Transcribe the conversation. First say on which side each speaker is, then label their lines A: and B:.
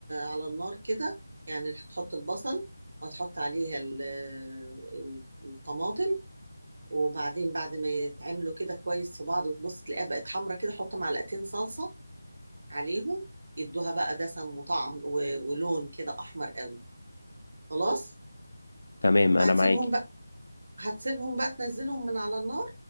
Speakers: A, on the right; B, on the left.
A: على النار كده يعني هتحط البصل وهتحط عليها ال- ال- الطماطم وبعدين بعد ما يتعملوا كده كويس في بعض وتبص تلاقيها بقت حمرا كده حط معلقتين صلصة عليهم يدوها بقى دسم وطعم و- ولون كده احمر قوي خلاص
B: تمام أنا
A: هتسيبهم
B: معاكي
A: بقى هتسيبهم بقى تنزلهم من على النار